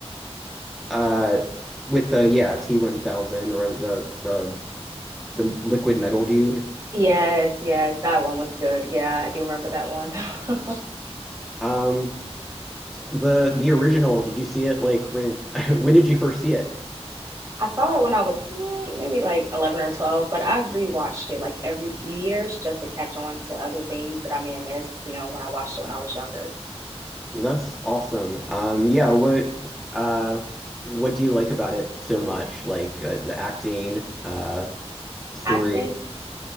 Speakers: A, in the centre; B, on the right.
A: uh, with the yeah, T-1000 or the the the liquid metal dude.
B: Yes, yes, that one was good. Yeah, I do remember that one. <laughs>
A: Um, the the original, did you see it like when <laughs> when did you first see it?
B: I saw it when I was mm, maybe like 11 or 12, but I've rewatched it like every few years just to catch on to other things that I may have missed, you know, when I watched it when I was younger.
A: That's awesome. Um, yeah, what uh what do you like about it so much? Like uh, the acting, uh the story.
B: I think